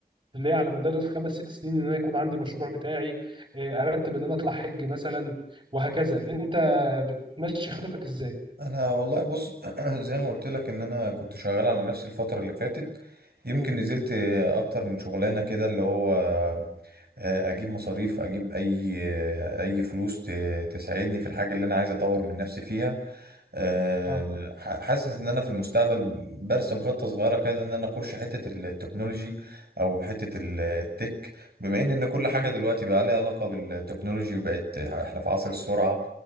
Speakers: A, on the right; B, on the right.
A: اللي هي على مدار الخمس ست سنين ان انا يكون عندي مشروع بتاعي آه، ارتب ان انا اطلع حج مثلا وهكذا انت بتمشي خططك ازاي؟
B: انا والله بص <clears throat> زي ما قلت لك ان انا كنت شغال على نفسي الفتره اللي فاتت يمكن
A: مم.
B: نزلت اكتر من شغلانه كده اللي هو آه، اجيب مصاريف اجيب اي آه، اي فلوس ت- تساعدني في الحاجه اللي انا عايز اطور من نفسي فيها آه،
A: اه
B: ح- حاسس ان انا في المستقبل برسم خطه صغيره كده ان انا اخش حته التكنولوجي او حته ال- التك بما ان ان كل حاجه
A: مم.
B: دلوقتي بقى لها علاقه بالتكنولوجي وبقت احنا في عصر السرعه